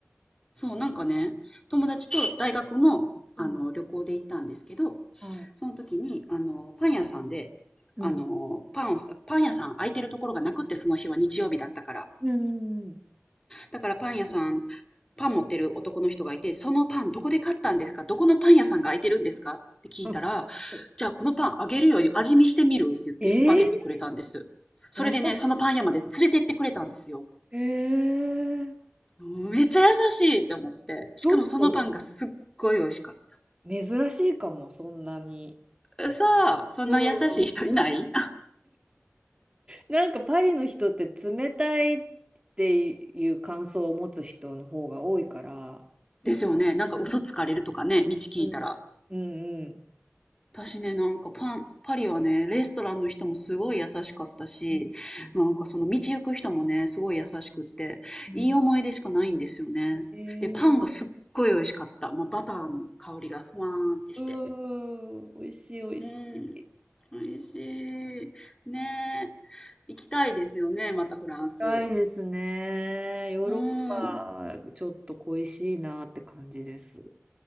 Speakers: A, on the left; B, on the right.
A: そう、なんかね、友達と大学の、あの、
B: うん。
A: 旅行で行ったんですけど、
B: はい。
A: その時に、あの、パン屋さんで、
B: うん。
A: あの、パンをさ、パン屋さん空いてるところがなくって、その日は日曜日だったから。
B: うんうん
A: だからパン屋さん、パン持ってる男の人がいて、そのパンどこで買ったんですかどこのパン屋さんが開いてるんですかって聞いたら、
B: うん
A: じゃあこのパンあげるよ、
B: <laughs>。
A: 味見してみるって言ってバゲットくれたんです。
B: ええ
A: それでね、
B: 優し
A: そのパン屋まで連れてってくれたんですよ。
B: い。えー、
A: めっちゃ優しいって思って。しかもそのパンがすっごい美味しかっ
B: ちょっと珍しいかも、そんなに。
A: た。さあ、そんな優しい人いない
B: うん。なんかパリの人って冷たいっていう感想を持つ人の方が多いから。
A: <laughs> ですよね。なんか嘘つかれるとかね、
B: うん
A: 道聞いたら。
B: うんうん
A: 私ね、なんかパン、パリはね、レストランの人もすごい優しかったし、
B: うん。うん
A: なんかその道行く人もね、すごい優しくって、
B: うん
A: いい思い出しかないんですよね。
B: えー、
A: で、パンがすっごい美味しかった。まあ、バターの香りがふわーんってして。
B: うん、美味しい美味しい。
A: うん、美味しい。ねえ、行きたいですよね、またフランス。
B: 辛いですね。ヨーロッパ、
A: うん、
B: ちょっと恋しいなって感じです。